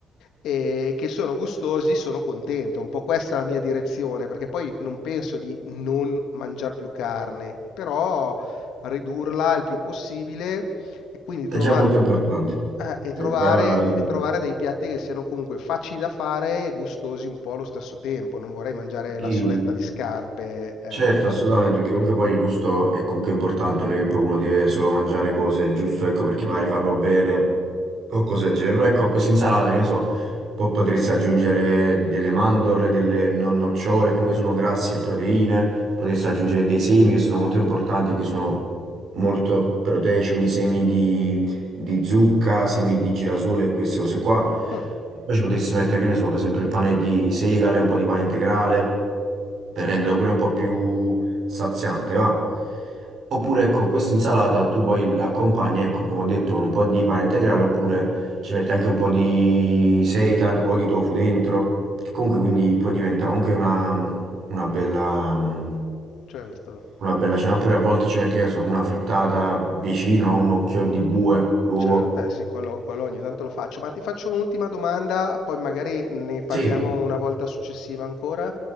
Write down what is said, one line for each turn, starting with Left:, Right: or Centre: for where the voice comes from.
Left: e che sono gustosi, sono contento. Un po' questa è la mia direzione, perché poi non penso di non mangiare più carne, però ridurla il più possibile e quindi
Right: È
Left: trovando,
Right: già molto importante,
Left: eh, e
Right: è
Left: trovare,
Right: già, eh,
Left: e trovare dei piatti che siano comunque facili da fare e gustosi un po' allo stesso tempo. Non vorrei mangiare
Right: sì,
Left: la soletta di scarpe, eh,
Right: certo,
Left: ecco.
Right: assolutamente,
Left: eh.
Right: perché comunque poi il gusto è comunque importante, non è che poi uno deve solo mangiare cose, giusto, ecco, perché magari fanno bene o cose del genere, però ecco, a questa insalata, che ne so, poi potresti aggiungere delle mandorle, delle non nocciole, comunque sono grassi e proteine, potresti aggiungere dei semi che sono molto importanti, che sono molto proteici, quindi semi di di zucca, semi di girasole e queste cose qua.
Left: Mm,
Right: E poi ci potessi mettere, che ne so, per esempio il pane di segale, un po' di pane integrale, per renderlo pure un po' più saziante, va? Oppure, ecco, questa insalata tu poi l'accompagni, ecco, come ho detto, con un po' di pane integrale, oppure ci metti anche un po' di seitan o di tofu dentro, che comunque quindi poi diventa anche una, una bella, mm,
Left: certo.
Right: una bella cena. Oppure a volte ci metti, che ne so, una frittata vicino, un occhio di bue, l'uovo.
Left: Cer eh sì, quello quello ogni tanto lo faccio, ma ti faccio un'ultima domanda, poi magari ne parliamo
Right: Sì.
Left: una volta successiva ancora.